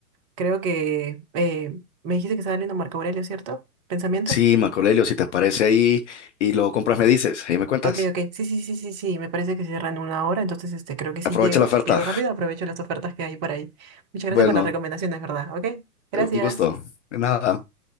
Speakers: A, on the right; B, on the left.
A: Creo que eh, me dijiste que estaba leyendo Marco Aurelio, ¿cierto? ¿Pensamientos?
B: Sí, Marco si te aparece ahí y lo compras, me dices, ahí me cuentas.
A: Ok, ok. Sí, sí, sí, sí, sí. Me parece que cierran una hora, entonces este, creo que si
B: Aprovecha
A: llego,
B: la oferta.
A: si llego rápido, aprovecho las ofertas que hay por ahí. Muchas
B: Bueno,
A: gracias por las recomendaciones, ¿verdad? Ok, gracias.
B: eh, un gusto. De nada.